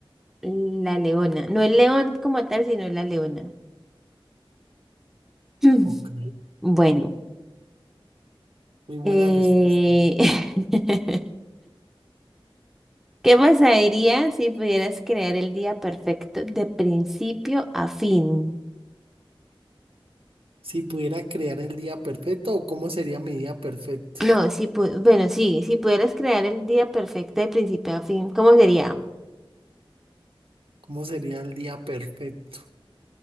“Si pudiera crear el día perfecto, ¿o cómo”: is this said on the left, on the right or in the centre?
Right